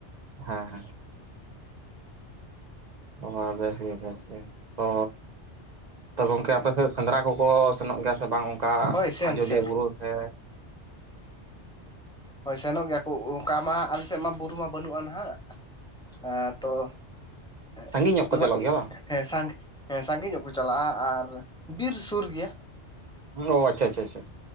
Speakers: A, on the right; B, in the centre.
A: ᱦᱮᱸ ᱦᱮᱸ ᱚ ᱵᱮᱥ ᱜᱮ ᱵᱮᱥ ᱜᱮ ᱚ ᱛᱚ ᱜᱚᱝᱠᱮ ᱟᱯᱮ ᱥᱮᱜ ᱥᱮᱸᱫᱽᱨᱟ ᱠᱚᱠᱚ ᱥᱮᱱᱚᱜ ᱜᱮᱭᱟ ᱥᱮ ᱵᱟᱝ ᱚᱱᱠᱟ
B: ᱦᱳᱭ ᱥᱮᱱ
A: ᱟᱡᱚᱫᱤᱭᱟᱹ
B: ᱥᱮᱱ
A: ᱵᱩᱨᱩ ᱛᱮ?
B: ᱦᱳᱭ ᱥᱮᱱᱚᱜ ᱜᱮᱭᱟ ᱠᱚ, ᱚᱱᱠᱟ ᱢᱟ ᱟᱞᱮ ᱥᱮᱜ ᱢᱟ ᱵᱩᱨᱩ ᱢᱟ ᱵᱟᱹᱱᱩᱜᱼᱟ ᱱᱟᱦᱟᱜ᱾ ᱦᱮᱸ ᱛᱚ <unintelligible>
A: ᱥᱟᱺᱜᱤᱧ ᱧᱚᱜ ᱠᱚ
B: ᱱᱚᱣᱟ
A: ᱪᱟᱞᱟᱜ
B: ᱤᱜᱼᱼ
A: ᱜᱮᱭᱟ ᱵᱟᱝ
B: ᱦᱮᱸ ᱥᱟᱸᱜᱷ ᱦᱮᱸ ᱥᱟᱸᱜᱮ ᱧᱚᱜ ᱠᱚ ᱪᱟᱞᱟᱜᱼᱟ, ᱟᱨ ᱵᱤᱨ ᱥᱩᱨ ᱜᱮᱭᱟ᱾
A: ᱚ ᱟᱪᱪᱷᱟ ᱟᱪᱪᱷᱟ ᱟᱪᱪᱷᱟ᱾